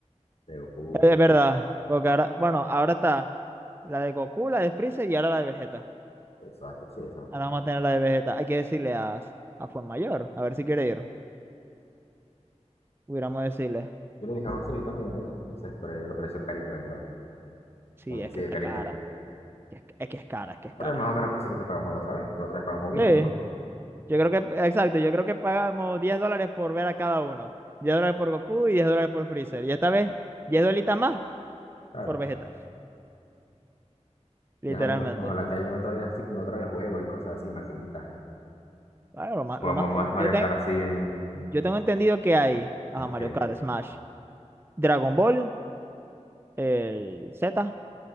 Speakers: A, on the left; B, on the right.
A: de Goku,
B: Es
A: de,
B: verdad, porque ahora, bueno, ahora está la de Goku, la de Freezer y ahora la de Vegeta.
A: de Soda Stereo, sí, de
B: Ahora vamos a tener la de Vegeta. Hay que decirle a, a Mayor, a ver si quiere ir. Hubiéramos decirle.
A: Yo le dije a José también a eso, entonces, pero yo le pareció carita la entrada,
B: Sí,
A: aunque
B: es
A: sí
B: que
A: de
B: está
A: carita.
B: cara. Es que es, que es cara, es que es
A: Pero
B: cara.
A: es más o menos casi lo que pagamos la otra vez, la otra vez pagamos veinte
B: Sí,
A: ¿no?
B: yo creo que, exacto, yo creo que pagamos diez dólares por ver a cada uno. diez dólares por Goku y 10 dólares por Freezer. Y esta vez, 10 dolitas más
A: Claro.
B: por Vegeta, literalmente.
A: Y ajá, o- ojalá que hayan otra vez así, como la otra vez juegos y cosas así, maquinitas.
B: Claro, lo más,
A: Jugamos
B: lo más,
A: Ma-
B: eh,
A: Mario
B: yo, te-
A: Kart así en,
B: yo tengo entendido que hay, ajá,
A: en arcade.
B: Mario Kart, Smash, Dragon Ball, el Z,